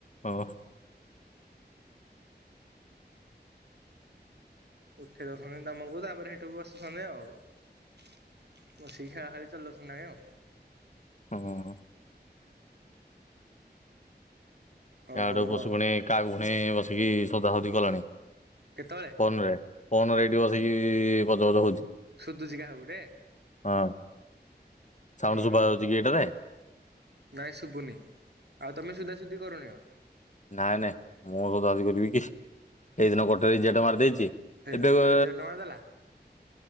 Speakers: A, on the left; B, on the right.
A: ଓହୋ।
B: ଉଠେଇ ଦୋଉଛନ୍ତି ତମକୁ ତାପରେ ହେଠୁ ବସୁଛନ୍ତି ଆଉ। ବସିକି ଖେଳାଖେଳି ଚଲୋଉଛନ୍ତି ତାଙ୍କେ ଆଉ।
A: ହଁ।
B: ହଉ
A: ୟାଡୁ
B: ହଉ
A: ପଶୁ
B: ଆଉ
A: ଫୁଣ କାହାକୁ ଫୁଣ ବସିକି ସୋଦାସୋଦି କଲାଣି।
B: କେତୋବେଳେ?
A: ଫୋନରେ ଫୋନରେ ଏଇଠି ବସିକି ଗଜଗଜ ହୋଉଛି।
B: ସୁଦୁଚି କାହାକୁ ଗୋଟେ?
A: ହଁ ସାଉଣ୍ଡ
B: ଓହୋ
A: ଶୁଭାଯାଉଚି କି ଏଇଟାରେ?
B: ନାଇଁ ଶୁଭୁନି ଆଉ ତମେ ସୁଦାସୁଦି କରୁନି ଆଉ।
A: ନାଇଁ ନାଇଁ ମୋ ସୋଦାସୋଦି କରିବି କି? ହେଇଦିନ ଗୋଟେ ରିଜେକ୍ଟ ମାରିଦେଇଚି
B: ସେଇଦିନ
A: ଏବେକ
B: ଗୋଟେ ରିଜେକ୍ଟ ମାରିଦେଲା